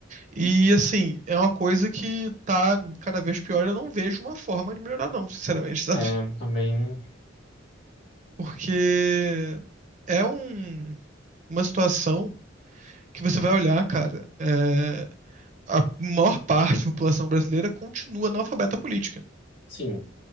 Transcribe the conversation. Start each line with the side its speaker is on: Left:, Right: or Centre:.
Right: E assim, é uma coisa que tá cada vez pior. Eu não vejo uma forma de melhorar, não, sinceramente, <laughs> sabe?
Left: é também.
Right: Porque é um, uma situação que você vai olhar, cara, é, a maior parte da população brasileira continua analfabeta política.
Left: Sim,